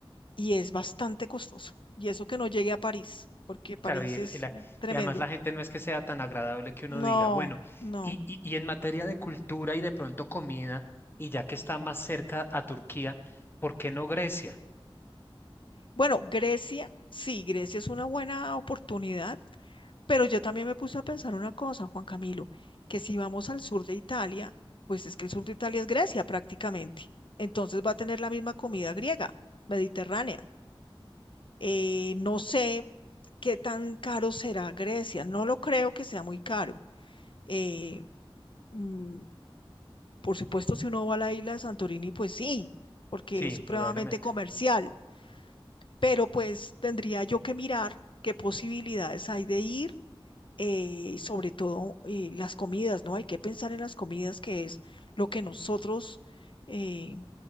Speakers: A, on the left; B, on the left.
A: y es bastante costoso. Y eso que no llegué a París, porque París
B: claro, y, el-
A: es
B: y la-
A: tremendo.
B: y además la gente no es que sea tan agradable que uno
A: No,
B: diga, bueno,
A: no.
B: y, y, y en materia de cultura y de pronto comida, y ya que está más cerca a Turquía, ¿por qué no Grecia?
A: Bueno, Grecia, sí, Grecia es una buena oportunidad. Pero yo también me puse a pensar una cosa, Juan Camilo, que si vamos al sur de Italia, pues es que el sur de Italia es Grecia prácticamente. Entonces va a tener la misma comida griega, mediterránea. Eh, no sé qué tan caro será Grecia. No lo creo que sea muy caro. Eh, mm, por supuesto, si uno va a la isla de Santorini, pues sí, porque
B: Sí,
A: es supremamente
B: indudablemente.
A: comercial. Pero pues tendría yo que mirar qué posibilidades hay de ir eh, sobre todo eh, las comidas, ¿no? Hay que pensar en las comidas, que es lo que nosotros eh,